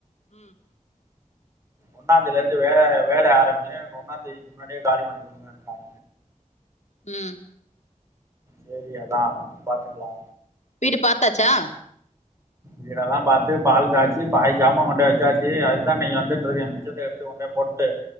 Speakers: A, on the left; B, on the right.
A: ம்
B: ஒன்னா தேதில இருந்து வே வேல ஆரம்பி ஒன்னாம்ந்த தேதிக்கு முன்னாடியே காலி பண்ணி கூடுங்கட்டாங்க
A: ம்
B: செரி அதான் பாத்துக்கலா
A: வீடு பாத்தாச்சா
B: வீடெல்லா பாத்து பால் காய்ச்சி பாதி ஜாமான் கொண்டு வச்சாச்சி அதுக்தா இன்னைக்கு வந்துட்டு இருக்கேன் மிச்சத்த எடுத்து கொண்டு போய் போட்டு